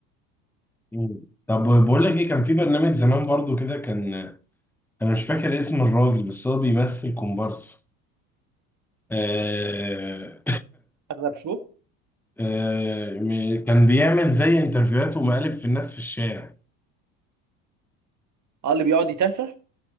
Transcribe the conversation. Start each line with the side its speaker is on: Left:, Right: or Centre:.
Centre: مم. طب بقول لك ايه كان في برنامج زمان برضه كده كان انا مش فاكر اسم الراجل بس هو بيمثل كومبارس آه
Right: اغلب شو
Centre: آه، م- كان بيعمل زي انترفيوهات ومقالب في الناس في الشارع
Right: اه اللي بيقعد يتهته